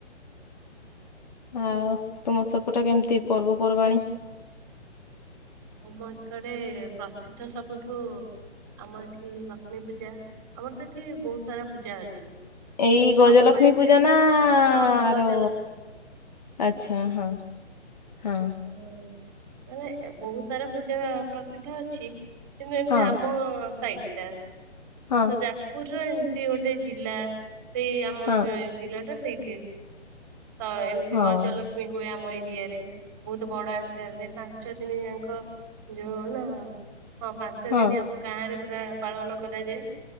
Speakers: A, on the left (about 35°); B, on the right (about 20°).
A: ଆଉ ତୁମ ସେପଟେ କେମିତି ପର୍ବପର୍ବାଣୀ?
B: ଆମ ଏକଡେ ପ୍ରସିଦ୍ଧ ସବୁଠୁ ଆମ ଏଠି ଲକ୍ଷ୍ମୀ ପୂଜା ଆମର ତ ଏଠି ବହୁତ ସାରା ପୂଜା ଅଛି।
A: ଏଇ ଗଜଲକ୍ଷ୍ମୀ
B: ଆମ ଏରିଆ
A: ପୂଜା ନା
B: ପଟେ।
A: ଆ
B: ହଁ ଗଜଲକ୍ଷ୍ମୀ
A: ର। ଆଛା ହଁ। ହଁ
B: ହ ମାନେ ବହୁତ ସାରା ପୂଜା ପ୍ରସିଦ୍ଧ ଅଛି। କିନ୍ତୁ ଏମିତି
A: ହଁ
B: ଆମ ସାଇଟା।
A: ହଁ
B: ତ ଯାଜପୁର ର ଏମିତି ଗୋଟେ ଜିଲ୍ଲା ସେଇ ଆମ
A: ହଁ
B: ଜିଲ୍ଲା ଟା ସେଇଠି। ତ ଏମିତି
A: ହଁ।
B: ଗଜ ଲ ଲକ୍ଷ୍ମୀ ହୁଏ ଆମ ଏରିଆରେ ବହୁତ ବଡ ଆକାରରେ ପାଞ୍ଚ ଦିନ ଯାଙ୍କ ଯୋଉ ନା ହଁ ପାଞ୍ଚ
A: ହଁ
B: ଦିନ ଆମ ଗାଁ ରେ ପୁରା ପାଳନ କରାଯାଏ।